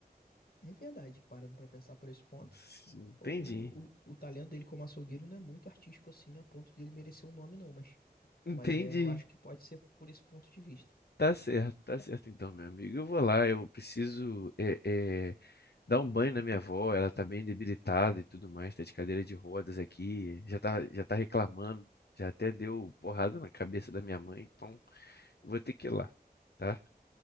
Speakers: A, on the left (about 65°); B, on the left (about 80°).
A: É verdade, parando para pensar por esse ponto,
B: Sim. Entendi.
A: o, o, o talento dele como açougueiro não é muito artístico assim, a ponto dele merecer um nome, não. Mas,
B: Entendi.
A: mas é, eu acho que pode ser por esse ponto de vista.
B: Tá certo, tá certo então, meu amigo. Eu vou lá, eu preciso é, é, dar um banho na minha avó, ela tá bem debilitada e tudo mais, tá de cadeira de rodas aqui, já tá, já tá reclamando, já até deu porrada na cabeça da minha mãe, então eu vou ter que ir lá, tá?